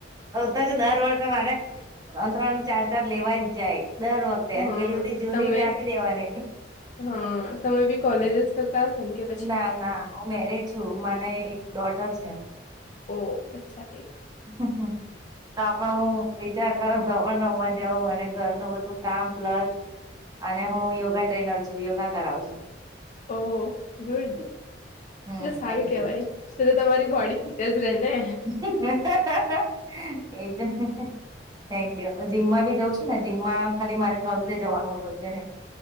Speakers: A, on the right; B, on the left.
A: તો દર વર્ષે મારે ત્રણ ત્રણ ચાર ચાર લેવા જ જાય દર વખતે.
B: હા
A: ને પેલી બધી જૂની
B: તમે
A: જ આપી દેવાની.
B: હા તમે બી કોલેજ જ સતા વાર સંખ્યા
A: ના ના હું મેરીડ છું મને એક ડોટર છે.
B: ઓ અચ્છા એ.
A: હમ્મ હમ્મ. તો આપણ હું વિચાર કરો તો આપ રમવા જઉં અને ઘરનું બધું કામ પ્લસ અને હું યોગા ટ્રેનર છું યોગા કરાવ છું.
B: ઓ ગુડ
A: હમ
B: જો સારું
A: થેન્ક
B: કેવાય
A: યુ
B: તો તમારી બોડી તે જ રહે ને
A: <inaudible> એજ ને થેન્કયુ જીમમાં ભી જઉ છું ને જીમમાં ખાલી મારે થર્સડે જવાનું હોય રોજે નઈ.